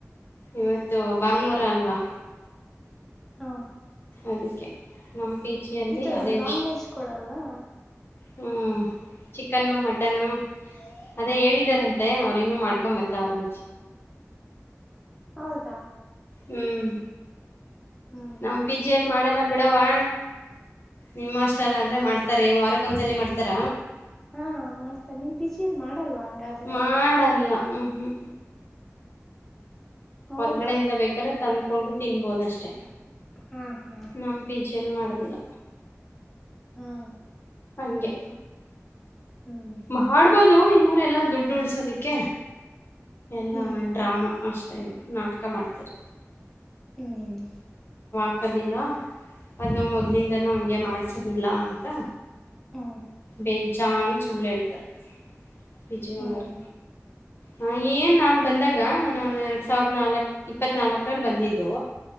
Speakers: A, on the left (about 45°); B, in the centre.
A: ಇವತ್ತು ಭಾನುವಾರ ಅಲ್ವಾ
B: ಹಾ
A: ಅದಕ್ಕೆ ನಮ್ಮ ಪೀಚಿಯಲ್ಲಿ
B: ಇದು
A: ಅದೇ
B: ನಾನ್ ವೆಜ್ ಕೊಡಲ್ವಾ
A: ಹ್ಮ ಚಿಕನ್ನು ಮಟನ್ನು ಅದೇ
B: ಹಾ
A: ಹೇಳಿದಾರಂತೆ ಅವರು ಇನ್ನು ಮಾಡ್ಕೊ ಬತ್ತಾವ ಅವ್ರ
B: ಹೌದಾ
A: ಹ್ಮ್
B: ಹ್ಮ್
A: ನಮ್ ಪಿಜಿಲ್ಲಿ ಮಾಡಲ್ಲ ಬಿ ಡವಾ ನಿಮ್ಮ ಅಸ್ಲಲ್ಲಾದ್ರೆ ಮಾಡ್ತಾರೆ ವಾರಕ್ಕೊಂದಸಲಿ ಮಾಡ್ತಾರ
B: ಹಾ ಮಾಡ್ತಾರೆ ನಿಮ್ ಪಿಜೀರ್ ಮಾಡಲ್ವಾ ಹಂಗಾದ್ರೆ
A: ಮಾಡಲ್ಲ ಹ್ಮ್ ಹ್ಮ್
B: ಹೌದಾ
A: ಹೊರ್ಗಡೆಯಿಂದ ಬೇಕ್ರೆ ತಂದ್ಕೊಂಡು ತಿನ್ಬೋದಷ್ಟೆ
B: ಹಾ ಹಾ
A: ನಮ ಪಿಂಚಲ್ ಮಾಡದಿಲ್ಲ
B: ಹಾ
A: ಹಗೆ
B: ಹ್ಮ್
A: ಮಾಡ್ಬೋದು ಇವರೆಲ್ಲಾ ದುಡ್ಡು ಉಳ್ಸೋದಿಕ್ಕೆ ಎಲ್ಲ
B: ಹ್ಮ್
A: ಡ್ರಾಮಾ ಅಷ್ಟಾಗಿ ನಾಟಕ ಮಾಡ್ತಾರೆ
B: ಹ್ಮ್
A: ಹಾಕದಿಲ್ಲ ಅದನ್ನ ಮೊದ್ಲಿಂದನೂ ಹಂಗೆ ಮಾಡ್ಸೋದಿಲ್ಲ ಅಂತ
B: ಹ
A: ಬೇಜಜಾನ್ ಸುಳ್ಳು ಹೇಳ್ತಾರ ವಿಜಯವನರ್
B: ಹ್ಮ್
A: ಹ ಏನ್ ನಾನ್ ಬಂದಾಗ ನಾನು ಎರಡ್ ಸಾವಿರ್ ನಾಲ್ಕ್ ಇಪ್ಪತ್ ನಾಲ್ಕರಲ್ಲಿ ಬಂದಿದ್ದು